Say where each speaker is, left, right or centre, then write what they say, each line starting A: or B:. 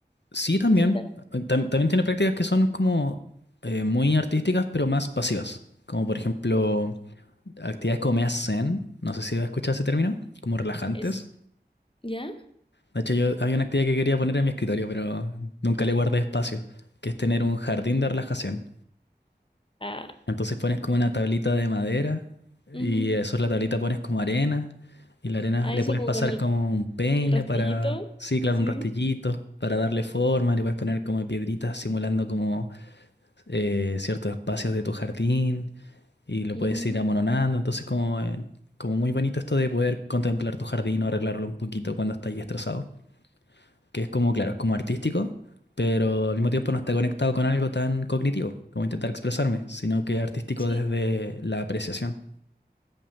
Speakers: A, on the left; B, on the left.
A: Sí, también.
B: No sé si Claro.
A: tam- también tiene prácticas que son como eh, muy artísticas, pero más pasivas. Como por ejemplo, actividades como meas zen, no sé si has escuchado ese término, como relajantes.
B: es, ¿ya?
A: De hecho, yo había una actividad que quería poner en mi escritorio, pero nunca le guardé espacio, que es tener un jardín de relajación.
B: Ah,
A: Entonces pones como una tablita de madera
B: ujú.
A: y eso es la tablita pones como arena y la arena
B: Ah,
A: le
B: eso
A: puedes
B: como
A: pasar
B: con el,
A: como un peine
B: el rastrillito.
A: para, sí, claro,
B: Sí.
A: un rastillito para darle forma, le puedes poner como piedritas simulando como eh, ciertos espacios de tu jardín y lo puedes
B: Ujú,
A: ir amononando. Entonces como, eh, como muy bonito esto de poder contemplar tu jardín o arreglarlo un poquito cuando estás estresado. que es como, claro, es como artístico, pero al mismo tiempo no está conectado con algo tan cognitivo como intentar expresarme, sino que es artístico
B: Sí,
A: desde la apreciación.